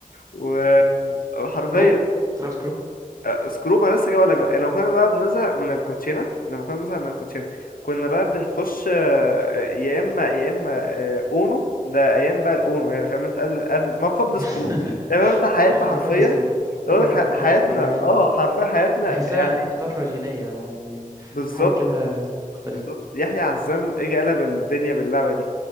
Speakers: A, on the left; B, on the right.
A: و- وحرفيا
B: كرو تلعب سكرو
A: آه، سكروب انا لسه جاي لك بقى لما كنا بقى بنزهق من الكوتشينه لما كنا بنزهق من الكوتشينه كنا بقى بنخش آه، يا اما يا اما آه، اونو ده ايام بقى الاونو يعني فاهم انت قبل قبل ما قبل
B: <laughs>
A: سكروب يعني فاهم انت حياتنا
B: مكابل
A: حرفيا
B: سكرو كونه
A: اقول لك
B: كانت
A: ح-
B: مكابل
A: حياتنا
B: سكرو ده حقيقي
A: اه حرفيا حياتنا
B: تحسها
A: يعني
B: طفرة جينية يعني
A: بالظبط
B: حاجة كده مختلفة
A: بالظبط يحيى عزام اجى قلب الدنيا باللعبه دي